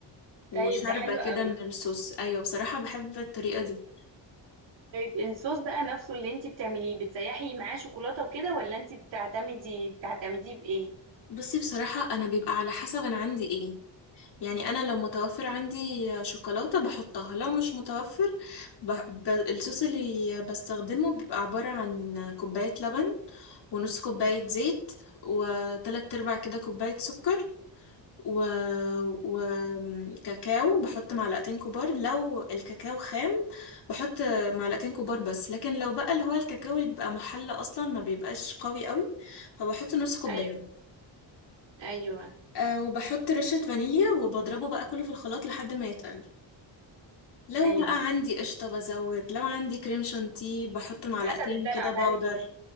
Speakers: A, on the left; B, on the right.
A: وشاربة
B: طيب ده حلو
A: كده
B: قوي
A: من الصوص ايوه بصراحة بحب الطريقة دي
B: طيب الصوص بقى نفسه اللي انت بتعمليه بتسيحي معاه شوكولاته وكده ولا انت بتعتمدي بتعتمديه بايه
A: بصي بصراحة انا بيبقى على حسب انا عندي ايه يعني انا لو متوفر عندي شوكولاتة بحطها لو مش متوفر ب... ب... الصوص اللي بستخدمه بيبقى عبارة عن كوباية لبن ونص كوباية زيت وتلات ارباع كده كوباية سكر و... وكاكاو بحط معلقتين كبار لو الكاكاو خام بحط معلقتين كبار بس لكن لو بقى اللي هو الكاكاو اللي بيبقى محلى اصلا ما بيبقاش قوي قوي فبحط نص كوبايه
B: ايوه ايوه
A: أه وبحط رشة فانيليا وبضربه بقى كله في الخلاط لحد ما يتقل لو
B: ايوه
A: بقى عندي قشطة بزود لو عندي كريم شانتيه بحط معلقتين
B: حسب الدلع
A: كده
B: بقى
A: باودر
B: اللي موجود